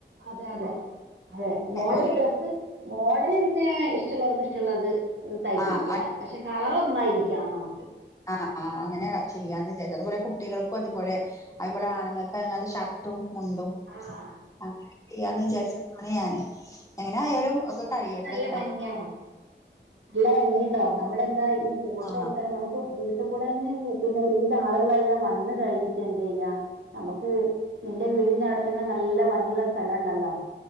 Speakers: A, on the right; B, on the left.
A: അതെ അതെ അതെ മോഡേൺ
B: ഒരു
A: ഡ്രസ്സ് മോഡൽ പിന്നെ ഇഷ ഇഷ്ടമുള്ളവർക്ക് ഇഷ്ടമുള്ളത് തയ്പ്പിക്കാം
B: ആഹ്
A: പക്ഷെ കളർ ഒന്നായിരിക്കാം നമുക്ക്
B: ആണ് ആ അങ്ങനെ ചെയ്യാന്ന് വിചാരിച്ചു അതുപോലെ കുട്ടികൾക്കും അതുപോലെ അതുപോലെ ആണുങ്ങൾക്ക് അങ്ങത്തെ ഷർട്ടും മുണ്ടും
A: ആഹ്
B: അങ്ങന ചെയ്യാന്ന് വിചാരിച്ചാണ് ഞാന് എങ്ങനെ ആയാലും കഴിയട്ടേ
A: അത് നല്ല ഭംഗിയാണ് നല്ല ഭംഗിയുണ്ടാവും നമ്മളെന്താ ഈ ഫോട്ടോ
B: ആഹ്
A: എടുക്കാൻ നമുക്ക് <unintelligible> കൂടന്നെ പിന്നെ ഒരുവിധ ആളുകളെല്ലാം വന്ന കഴിഞ്ഞിട്ട് എന്ത ചെയ്യാ നമുക്ക് എന്റെ വീടിന്റെ അവിടെ തന്നെ നല്ല ഭംഗിയുള്ള സ്ഥലമുണ്ടല്ലോ